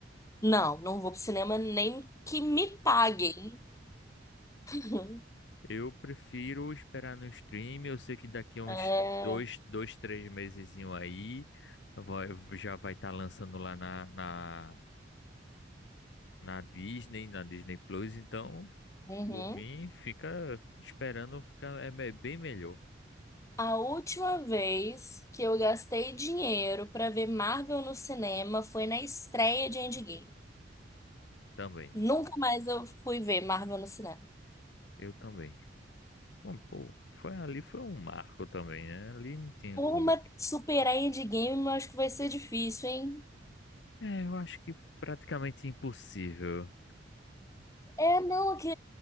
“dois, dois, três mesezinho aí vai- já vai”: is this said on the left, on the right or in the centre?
Left